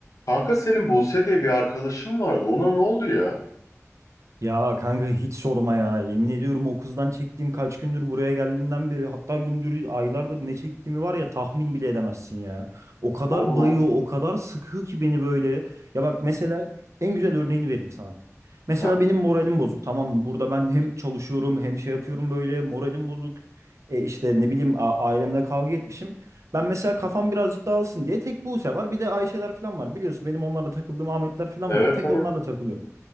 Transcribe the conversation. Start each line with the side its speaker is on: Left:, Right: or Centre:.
Left: Kanka senin Buse diye bir arkadaşın vardı. Ona ne oldu ya?
Right: Ya kanka hiç sorma ya. Yemin ediyorum o kızdan çektiğim kaç gündür buraya geldiğimden beri hatta gündür aylardır ne çektiğimi var ya tahmin bile edemezsin ya. O kadar
Left: Ne oldu
Right: bayıyor,
Left: lan?
Right: o kadar sıkıyor ki beni böyle. Ya bak mesela en güzel örneğini vereyim sana. Mesela
Left: Heh,
Right: benim moralim bozuk tamam mı? Burada ben hem çalışıyorum hem şey yapıyorum böyle moralim bozuk. E işte ne bileyim a- ailemle kavga etmişim. Ben mesela kafam birazcık dağılsın diye tek Buse var bir de Ayşeler falan var. Biliyorsun benim onlarla takıldığım Ahmetler falan
Left: evet
Right: var. Tek
Left: evet.
Right: onlarla takılıyorum.